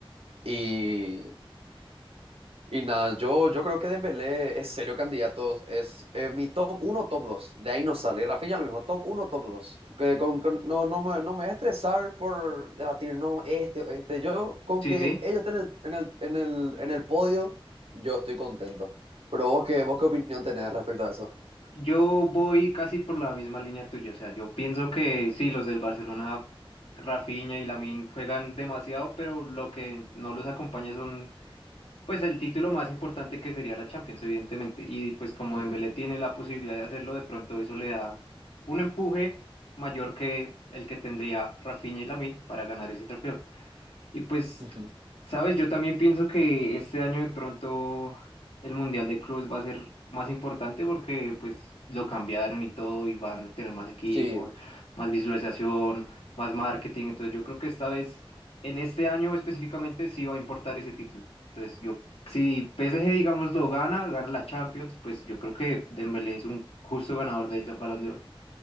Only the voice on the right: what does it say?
Y Y nada, yo, yo creo que Dembélé es serio candidato, es eh, mi top uno top 2 de ahí no sale. Y Rafinha lo mismo, top uno top dos Que con, con- no, no me, no me voy a estresar por debatir, no, este, o este, yo con
que
ellos estén en el, en el, en el, en el podio, yo estoy contento. Pero vos qué, vos qué opinión tenés respecto a eso?
Ujú,
ujú.
Sí,